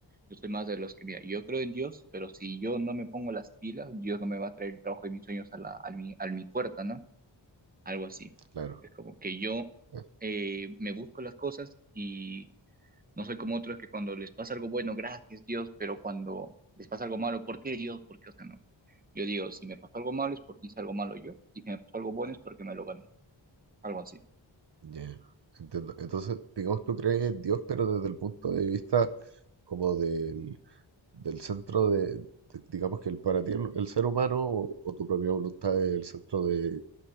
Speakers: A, on the right; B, on the right.
A: yo soy más de los que, mira, yo creo en Dios, pero si yo no me pongo las pilas, Dios no me va a traer el trabajo de mis sueños a la, a mi, a mi puerta, ¿no? Algo así.
B: claro,
A: Es como que yo
B: claro,
A: eh, me busco las cosas y no soy como otros que cuando les pasa algo bueno, gracias Dios, pero cuando les pasa algo malo, ¿por qué Dios? ¿Por qué? O sea, no. Yo digo, si me pasó algo malo es porque hice algo malo yo, y si me pasó algo bueno es porque me lo gané, algo así.
B: ya, Entiendo. Entonces, digamos, tú crees en Dios, pero desde el punto de vista como del del centro de, de- digamos que el, para ti el, el ser humano o, o tu propia voluntad es el centro de,